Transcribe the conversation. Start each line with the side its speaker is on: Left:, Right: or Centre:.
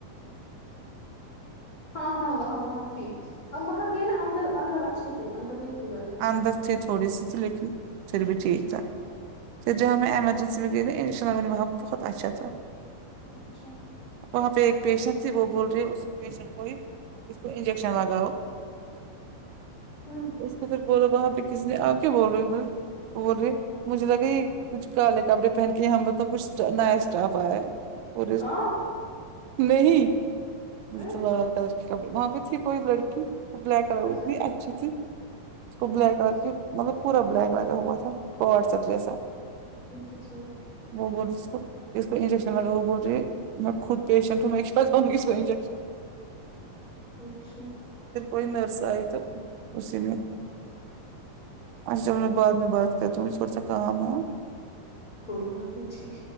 Left: ہاں ہاں وہاں وہاں تھی اب باہر گئے نا اندر اندر اچھی تھی اندر نہیں تھی گرمی اتنی
Right: اندر تھی تھوڑی سی تو لیکن پھر بھی ٹھیک تھا جاں میں ایمجنسی میں گئی نا انشاء اللہ وہاں ہم بہت اشا تھا
Left: اچھا
Right: وہاں پہ ایک پیشنٹ تھی وہ بول رہی ہے اسی پیشنٹ کو ہی اس کو انجیکشن لگاؤ
Left: ہاں
Right: اس کو پھر بولو وہاں پہ کس نے آپ کیا بول رہے ہو ادھر بول رہے مجھے لگا یہ کچھ کالے کپڑے پہن کے ہم تو کچھ نیا اسٹاف آیا ہے اور
Left: آ
Right: نہیں مے
Left: پھر
Right: تو لال کلر وہاں پہ تھی کوئی لڑکی وہ بلیک کلر میں
Left: اچھا
Right: اتنی
Left: پھر
Right: اچھی تھی اس کو بلیک
Left: اچھا
Right: اور کی مطلب پورا بلیک لگا ہوا تھا واٹسپ جیسا
Left: اچھا اچھا
Right: وہ بول رہی اس کو اس کو انجیکشن لگاو بول رہی میں خود پیشٹ ہوں میں کہاں لاوگی اسکو انجیکشن
Left: اچھا
Right: پھر کوئی نرس آئی تو اسی نے اچھا چلو میں بعد میں بات کرتی ہوں مجھے تھوڑا سا کام ہے
Left: کوئی بات نہیں ٹھیک